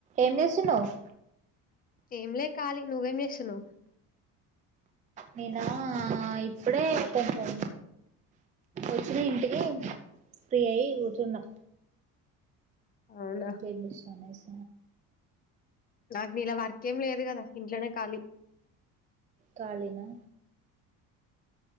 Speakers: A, on the right (about 20°); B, on the left (about 25°).
A: ఏం చేస్తున్నావ్
B: ఏం లే కాలి నువ్వేం చేస్తున్నావ్
A: నీనా ఇప్పుడే కొంచం వచ్చిన ఇంటికి ఫ్రీ అయి కూర్చున్నా
B: అవునా
A: ఏం జేషినావ్ నైస్
B: నాకు నీలా వర్క్ ఏం లేదు కదా ఇంట్లోనే కాళీ
A: కాలిన